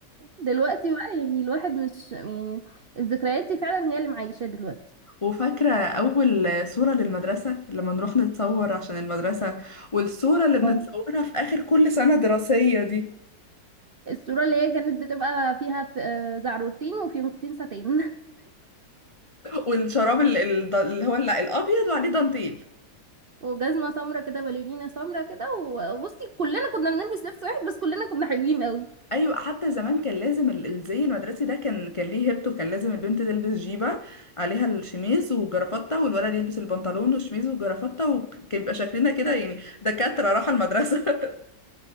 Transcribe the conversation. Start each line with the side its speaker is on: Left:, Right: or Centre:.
Right: دلوقتي بقى يعني الواحد مش يعني الذكريات دي فعلا هي اللي معيشاه دلوقتي
Left: وفاكرة أول صورة للمدرسة لما نروح نتصور عشان المدرسة والصورة اللي بنتصورها
Right: اه
Left: في آخر كل سنة دراسية دي
Right: الصورة اللي هي كانت بتبقى فيها ف- آه، زعرورتين وفيونكتين ساتين
Left: والشراب ال- ال- اللي هو ال- الأبيض وعليه دانتيل
Right: <laughs> وجزمة سمرة كده باليرينا سمرة كده وبصي كلنا كنا بنلبس لبس واحد بس كلنا كنا حلوين قوي
Left: أيوة حتى زمان كان لازم ال- الزي المدرسي ده كان كان ليه هيبته كان لازم البنت تلبس جيبة عليها الشميز وجرافتة والولد يلبس البنطلون والشميز وجرافتة وكان بيبقى شكلنا كده يعني دكاترة راحة المدرسة <laughs>